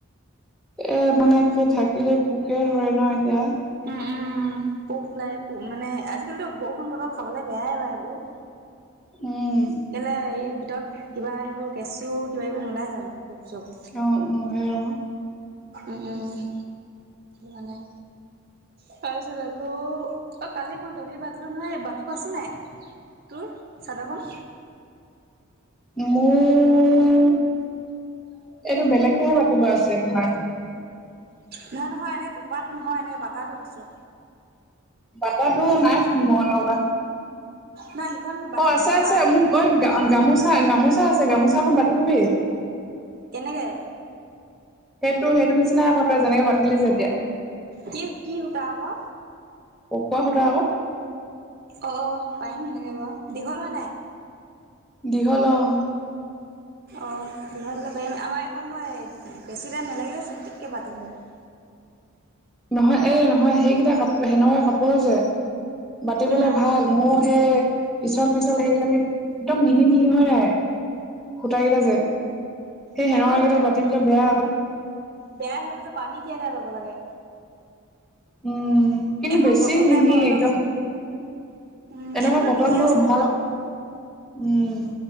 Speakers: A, in the centre; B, on the right (about 45°).
A: এহ মানে কি থাকিলে পোকে ধৰে নহ এতিয়া
B: উম উম, পোক ওলাই মানে আজিকালিতো বৰষুণ বতৰ খাবলে বেয়াই বাৰু সেইবোৰ
A: উম।
B: কেলে হেৰি, তই কিবা সেইবোৰ কেঁচু কিবা কিবি নোলায় জানোঁ জুক
A: অ অ সেয়া
B: ওম ওম মানে তাৰ পিছত আকৌ, অ কালি মই দহি বাটিলো নহয় বাতিব আছে নাই। তোৰ চাদৰখন
A: মোৰ এইটো বেলেগকেহে বাতিব আছে তোমাৰ
B: নহয় নহয় এনেই টোপাটো নহয়, এনেকে বাটাটো কৈছোঁ।
A: বাতাটো নাইচোন মই লগা।
B: নাই সিখন বাতিলে,
A: আছে
B: বতা
A: আছে
B: হলেই
A: মোক
B: নেকি।
A: ঐ গা অ গামোচা গামোচা আছে। গামোচাখন বাটিলো এই
B: কেনেকে
A: সেইটো সেইটো নিচিনাই আকৌ, তই যেনেকে বাতিলি যে এতিয়া
B: কি কি সূতা আকৌ?
A: পকোৱা সূতা আকৌ
B: অ পাৰিম এনেকে বাৰু, দীঘল হয় নাই।
A: দীঘল অহ
B: অ বিহাৰলৈ যাব পাৰিম। আমাৰ এইখন মই বেছি টাইম নালাগিলে চোন, তিককে বাতি এতালে।
A: নহয় এহ নহয় সেইকেইটা কাপু সেনেকুৱা কাপোৰৰ যে। বাতিবলে
B: উম
A: ভাল, মোৰ সেই পিছল পিছল সেইকেইদালি একদম মিহি মিহি হৈ নাই, সুটা কেইটা যে এই
B: সেইবোৰ
A: সেনাকা কেইডাল বাতিবলে বেয়া আক
B: বেয়াই হেবোৰ যে পানী তিয়াই তিয়াই লব লাগে।
A: উম, কিন্তু
B: এইখন
A: বেছি
B: কটন
A: মিহি
B: টাইপৰ অলপ
A: একদম।
B: উম
A: এনেকুৱা
B: এইখনো
A: কটনবোৰৰ
B: মিহি আছিলে
A: ভাল
B: বাৰু
A: আক, উম।